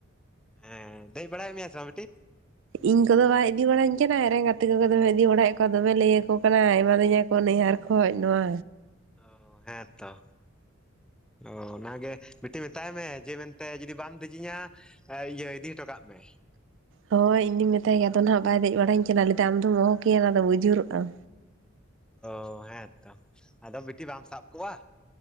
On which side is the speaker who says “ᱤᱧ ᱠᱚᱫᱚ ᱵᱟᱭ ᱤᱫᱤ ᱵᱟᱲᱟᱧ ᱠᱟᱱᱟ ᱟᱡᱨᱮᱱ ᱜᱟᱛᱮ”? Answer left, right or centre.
Right